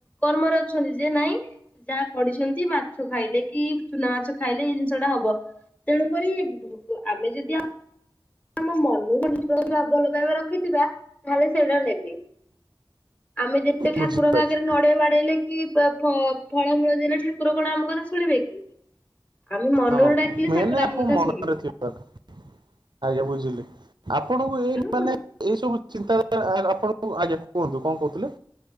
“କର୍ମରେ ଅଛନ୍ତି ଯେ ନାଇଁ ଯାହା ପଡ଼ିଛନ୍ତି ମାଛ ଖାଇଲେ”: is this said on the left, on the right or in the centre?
Left